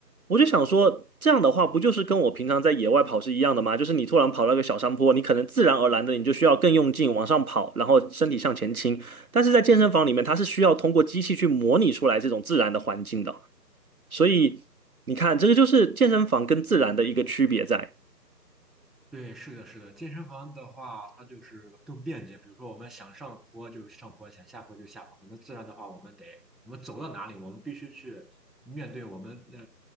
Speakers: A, on the right (about 60°); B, in the centre.
A: 我就想说，这样的话不就是跟我平常在野外跑是一样的吗？就是你突然跑到一个小山坡，你可能自然而然的你就需要更用劲往上跑，然后身体向前倾。但是在健身房里面，它是需要通过机器去模拟出来这种自然的环境的。所以你看，这个就是健身房跟自然的一个区别在。
B: 对，是的，是的，健身房的话，它就是更便捷。比如说，我们想上坡就上坡，想下坡就下坡。可能自然的话，我们得我们走到哪里，我们必须去面对我们呃